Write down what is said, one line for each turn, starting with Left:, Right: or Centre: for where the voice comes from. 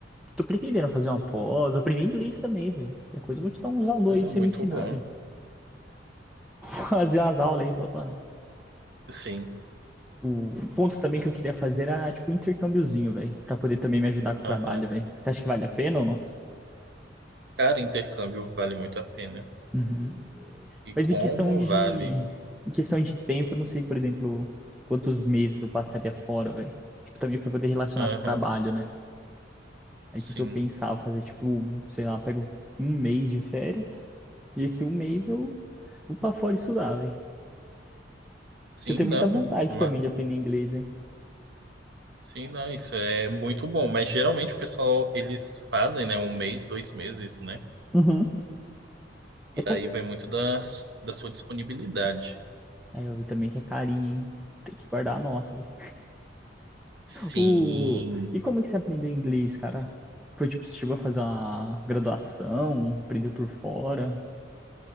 Centre: tô pretendendo fazer uma pós, aprender inglês também, velho. Que é coisa eu vou te dar uns alô
Right: Ah,
Centre: aí pra
Right: muito
Centre: você me ensinar,
Right: bom.
Centre: velho. <laughs> Fazer umas aulas aí, falar, mano,
Right: Sim,
Centre: O um ponto também que eu queria fazer era, tipo, um intercâmbiozinho, velho, pra poder também me ajudar com o trabalho,
Right: aham.
Centre: velho. Você acha que vale a pena ou não?
Right: Cara, intercâmbio vale muito a pena.
Centre: Uhum.
Right: E
Centre: Mas
Right: como
Centre: em questão de,
Right: vale?
Centre: em questão de tempo, eu não sei, por exemplo, quantos meses eu passaria fora, velho. Tipo, também pra poder relacionar
Right: Aham,
Centre: com o trabalho, né? Aí
Right: sim.
Centre: o que que eu pensava fazer, tipo, sei lá, eu pego um mês de férias e esse um mês eu vou pra fora estudar, velho.
Right: Sim,
Centre: Que eu tenho
Right: não.
Centre: muita vontade
Right: Ma-
Centre: também de aprender inglês, velho.
Right: Sim, não, isso é muito bom. Mas geralmente o pessoal, eles fazem, né, um mês, dois meses, né?
Centre: Uhum.
Right: E
Centre: É que
Right: aí
Centre: é
Right: vai muito da, da sua disponibilidade.
Centre: É, eu vi também que é carinho, hein? Tem que guardar a nota, velho.
Right: Sim.
Centre: O... E como que você aprendeu inglês, cara? Foi tipo, você chegou a fazer uma graduação, aprendeu por fora.